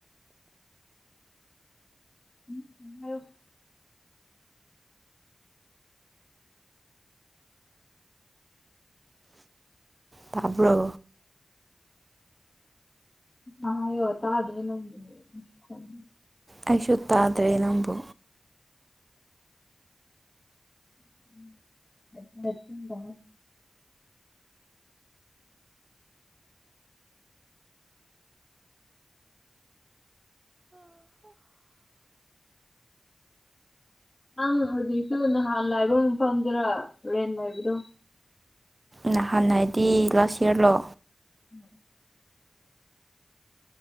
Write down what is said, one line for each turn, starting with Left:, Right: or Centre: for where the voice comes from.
Left: <unintelligible>
Right: ꯇꯥꯕ꯭ꯔꯣ
Left: ꯑ ꯍꯥꯏꯌꯣ ꯇꯗ꯭ꯔꯦ ꯅꯪꯒꯤ ꯃꯈꯣꯟ
Right: ꯑꯩꯁꯨ ꯇꯥꯗ꯭ꯔꯦ ꯅꯪꯕꯨ
Left: <unintelligible> ꯅꯪ ꯍꯧꯖꯤꯛꯁꯨ ꯅꯍꯥꯟ ꯂꯥꯏꯕ ꯃꯐꯝꯗꯨꯔ ꯔꯦꯟ ꯂꯩꯕꯗꯣ
Right: ꯅꯍꯥꯟ ꯍꯥꯏꯗꯤ ꯂꯥꯁ ꯏꯌꯔꯂꯣ
Left: <inaudible>